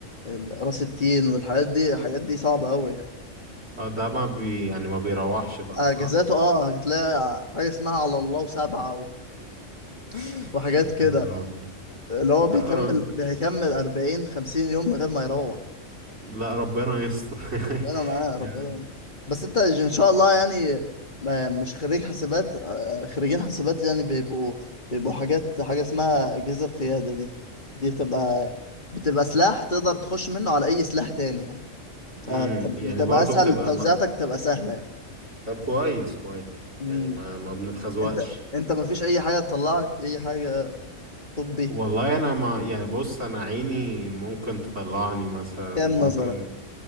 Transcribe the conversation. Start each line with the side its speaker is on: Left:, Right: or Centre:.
Left: ال- راس التين والحاجات دي الحاجات دي صعبة قوي يعني
Right: اه ده ما بي يعني ما بيروحش بقى
Left: آه،
Right: صح
Left: اجازاته اه هتلاقي حاجة اسمها على الله وسبعة و...
Right: <laughs>
Left: <laughs> وحاجات كده
Right: يا نهار أبيض.
Left: اللي هو بيكمل
Right: لا رب...
Left: بيكمل 40 50 يوم من غير ما يروح
Right: لا ربنا يستر
Left: ربنا
Right: <laughs>
Left: معاه
Right: يعني
Left: ربنا معاه. بس انت ان شاء الله يعني ما- مش خريج حسابات آه، خريجين حسابات يعني بيبقوا بيبقوا حاجات حاجة اسمها أجهزة قيادة دي دي بتبقى بتبقى سلاح تقدر تخش منه على أي سلاح تاني يعني
Right: امم
Left: فبتبقى
Right: يعني برضو
Left: صح
Right: بتبقى
Left: أسهل كده توزيعاتك
Right: ما...
Left: بتبقى سهلة يعني
Right: طب كويس كويس
Left: مم.
Right: يعني ما ما بنتخزوقش
Left: انت انت مفيش أي حاجة تطلعك أي حاجة طبي
Right: والله انا ما يعني بص انا عيني ممكن تطلعني مثلا
Left: كام
Right: ممكن
Left: نظرك